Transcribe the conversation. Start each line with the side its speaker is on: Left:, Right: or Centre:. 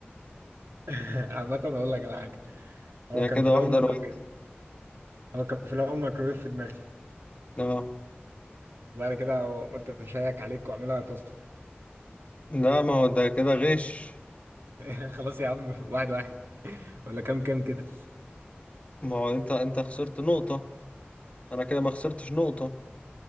Right: <laughs> عامة أقول لك على حاجة هو
Left: يعني
Right: كان
Left: كده
Right: في الأول
Left: واحدة
Right: ميكروويف
Left: لواحدة
Right: هو كان في الاول ميكروويف في دماغي
Left: اه
Right: وبعد كده قلت اتشيك عليك واعملها توست
Left: لا ما هو ده كده غش
Right: <laughs> خلاص يا عم واحد واحد ولا كام كام كده
Left: ما هو انت انت خسرت نقطة انا كده ما خسرتش نقطة